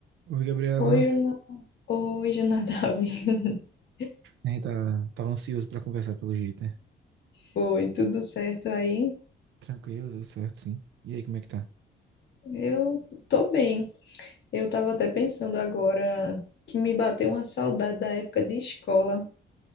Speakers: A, on the right; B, on the left.
A: Oi, Gabriela.
B: Oi, Juna- Oi, Jonadab. <laughs>
A: A gente tá, tava ansioso pra conversar pelo jeito, né?
B: Foi tudo certo aí?
A: Tranquilo, tudo certo, sim. E aí, como é que tá?
B: Eu tô bem. Eu tava até pensando agora que me bateu uma saudade da época de escola,